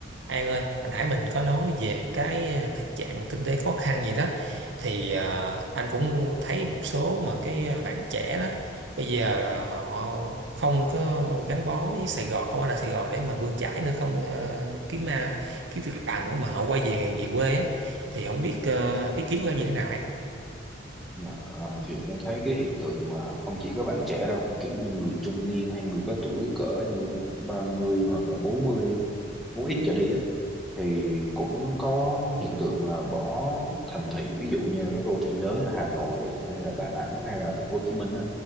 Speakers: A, on the right; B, in the centre.
A: An ơi, hồi nãy mình có nói về cái ờ, thực trạng kinh tế khó khăn gì đó thì ờ, anh cũng thấy một số mà cái ờ, bạn trẻ đó bây giờ là họ không có gắn bó với Sài Gòn, không ở lại Sài Gòn để mà bươn chải nữa, không ờ, kiếm ma kiếm việc làm nữa mà họ quay về về quê á thì không biết ờ, ý kiến của em như thế nào anh?
B: Dạ, ờ, thì em thấy cái hiện tượng mà không chỉ các bạn trẻ đâu kiểu như người trung niên hay người có tuổi cỡ như 30 hoặc là 40, muốn ít trở đi á thì cũng có hiện tượng là bỏ thành thị ví dụ như các đô thị lớn là Hà Nội hay là Đà Nẵng hay là thành phố Hồ Chí Minh á